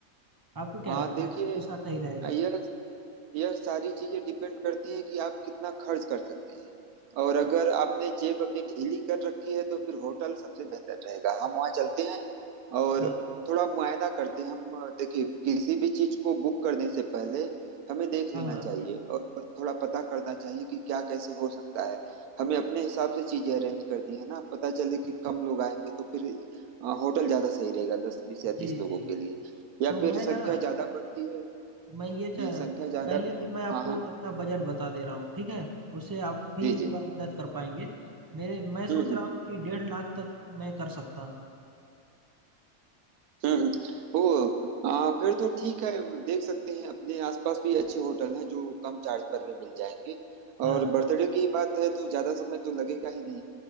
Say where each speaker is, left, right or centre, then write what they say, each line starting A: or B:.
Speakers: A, on the right; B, on the right.
A: आपको क्या
B: हाँ
A: लगता
B: देखिए
A: है कौन सा सही रहेगा
B: यह यह सारी चीजें डिपेंड करती हैं कि आप कितना खर्च कर सकते हैं और अगर आपने जेब अपनी ढीली कर रखी है तो फिर होटल सबसे बेहतर रहेगा हम वहाँ चलते हैं और
A: हाँ
B: थोड़ा मुआयना करते हैं हम अ, देखिए किसी भी चीज को बुक करने से पहले हमें देख
A: हाँ
B: लेना
A: हाँ
B: चाहिए और प- थोड़ा पता करना चाहिए कि क्या कैसे हो सकता है हमें अपने हिसाब से चीजें अरेंज करनी है ना पता चले कि कम लोग आएंगे तो फिर अ, होटल ज्यादा सही रहेगा दस बीस या
A: जी
B: तीस लोगों
A: जी
B: के लिए या
A: तो
B: फिर
A: मैं ना
B: संख्या ज्यादा पड़ती है
A: मैं ये
B: जी
A: च...
B: संख्या ज्यादा
A: पहले तो मैं आपको
B: हाँ हाँ
A: अपना बजट बता दे रहा हूँ ठीक है उससे आप भी
B: जी जी
A: थोड़ा मदद कर पाएंगे मेरे मैं सोच
B: हम्म हम्म
A: रहा हूँ कि डेढ़ लाख तक मैं कर सकता हूँ
B: हम्म हम्म। ओ आ, फिर तो ठीक है देख सकते हैं अपने आसपास भी अच्छे होटल हैं जो कम चार्ज पर भी मिल जाएंगे
A: हाँ
B: और बर्थडे की बात है तो ज्यादा समय तो लगेगा ही नहीं